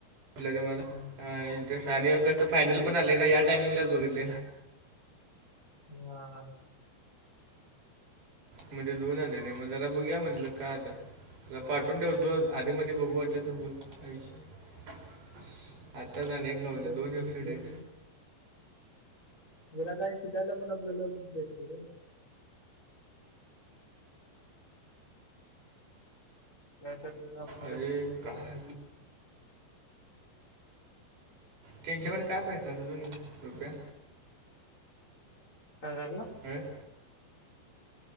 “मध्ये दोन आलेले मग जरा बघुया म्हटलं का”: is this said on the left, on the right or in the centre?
Right